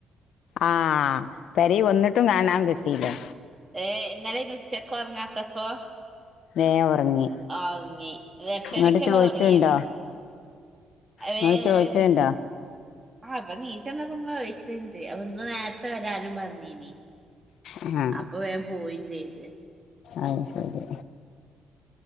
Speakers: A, on the left; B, on the right.
A: ആഹ് പേരയിൽ വന്നിട്ടും കാണാൻ കിട്ടീല്ലേ
B: ഏ ഇന്നലെ ഉച്ചക്ക് ഉറങ്ങാത്തപ്പോ
A: വേഗം ഉറങ്ങി
B: ഒറങ്ങി എട്ടണിക്കന്നെ
A: ഇങ്ങട്ട് ചോദിച്ചുണ്ടോ
B: തുടങ്ങിയന്ന് ഏ
A: ഇങ്ങൾ ചോയിച്ചയിണ്ടാ.
B: ആ അപ്പൊ നീചെന്നപ്പോ ഇങ്ങളെ ചോയിച്ച്ൻഡ് അപ്പൊ ഇന്ന് നേര ട്ട് വരാനും പറഞ്ഞീനി
A: ആ
B: അപ്പൊ വേഗം പോവുകയും ചെയ്ത്.
A: അത് ശരി.